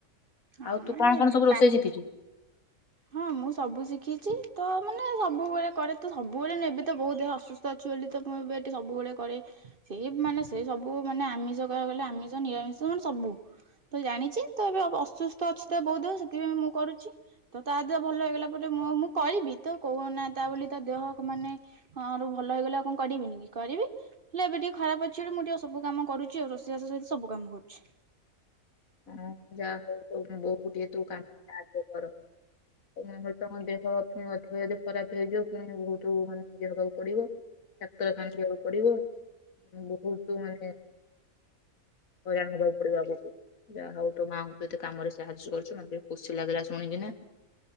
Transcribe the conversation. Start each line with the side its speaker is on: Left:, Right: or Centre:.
Right: ହଁ
Left: ଆଉ ତୁ
Right: ମାନେ
Left: କଣ କଣ ସବୁ ରୋଷେଇ
Right: ପା
Left: ଶିକିଚୁ?
Right: ହଁ ମୁଁ ସବୁ ଶିଖିଛି। ତ ମାନେ ସବୁବେଳେ କରେ ତ ସବୁବେଳେ ନୁହଁ, ଏବେ ତ ବୋଉ ଦେହ ଅସୁସ୍ଥ ଅଛି ବୋଲି ତ ମୁଁ ଏବେ ଏଠି ସବୁବେଳେ କରେ। ସେଇ ମାନେ ସେଇ ସବୁ ମାନେ ଆମିଷ କହିଆକୁ ଗଲେ ଆମିଷ ନିରାମିଷ ମାନେ ସବୁ। ତ ଜାଣିଚି ତ ଏବେ ଅ-ଅସୁସ୍ଥ ଅଛି ତ ବୋଉ ଦେହ ସେଥିପାଇଁ ମୁଁ କରୁଚି ତ ତା ଦେହ ଭଲ ହେଇଗଲା ପରେ ମୁଁ ଆଉ ମୁଁ କଇବି, ତ କଉ ଅନା ତା ବୋଲି ତା ଦେହ ମାନେ ଆରୁ ଭଲ ହେଇଗଲେ ଆଉ କଣ କରିବିିନି କି କରିବି, ହେଲେ ଏବେ ଟିକେ ଖରାପ ଅଛି ବିଲି ମୁଁ ଟିକେ ସବୁ କାମ କରୁଛି ଆଉ, ରୋଷେଇ ବାସ ସହିତ ସବୁ କାମ କରୁଛି।
Left: ହଁ। ଯାହଉ ତୋ ବୋଉକୁ ଟିକେ ତୁ କାମରେ ସାହାଯ୍ୟ କର। ହଁ ମୁଁ କହିଲି ତମ ଦେହ ଫୁଣି ଅଧିକ ଯଦି ଖରାପ ହେଇଯିବ, ଫୁଣି ବହୁତ ମାନେ ଇଏ ହେବାକୁ ପଡିବ, ଡାକ୍ତରଖାନା ଯିବାକୁ ପଡିବ, ବହୁତୁ ମାନେ ହଇରାଣ ହବାକୁ ପଡିବ ଆଗୁକୁ। ଯାହଉ ତୋ ମାଆଙ୍କୁ ତୁ ଏତେ କାମରେ ସାହାଯ୍ୟ କରୁଚୁ, ମତେ ଟିକେ ଖୁସି ଲାଗିଲା ଶୁଣିକିନା।